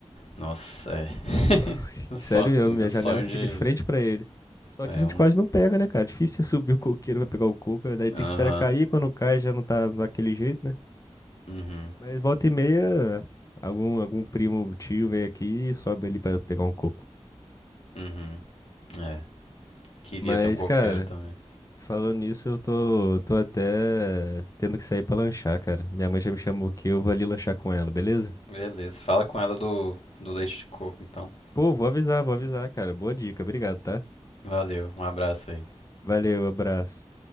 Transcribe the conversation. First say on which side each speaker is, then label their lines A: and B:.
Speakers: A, on the left; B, on the left.
A: Nossa, é. <laughs>
B: <laughs>
A: O
B: Sério,
A: so-
B: mesmo,
A: Meu
B: minha
A: sonho
B: janela fica
A: de.
B: de frente pra ele. Só
A: É,
B: que a gente
A: uns.
B: quase não pega, né, cara? Difícil você subir o coqueiro pra pegar o coco, né? Daí tem
A: Aham.
B: que esperar cair, quando cai já não tá daquele jeito, né?
A: Uhum.
B: Mas volta e meia, algum, algum primo, tio vem aqui e sobe ali pra pegar um coco.
A: Uhum. É. Queria
B: Mas,
A: ter um coqueiro
B: cara,
A: também.
B: falando nisso, eu tô, tô até tendo que sair pra lanchar, cara. Minha mãe já me chamou aqui, eu vou ali lanchar com ela, beleza?
A: Beleza, fala com ela do, do leite de coco, então.
B: Pô, vou avisar, vou avisar, cara. Boa dica, obrigado, tá?
A: Valeu, um abraço aí.
B: Valeu, abraço.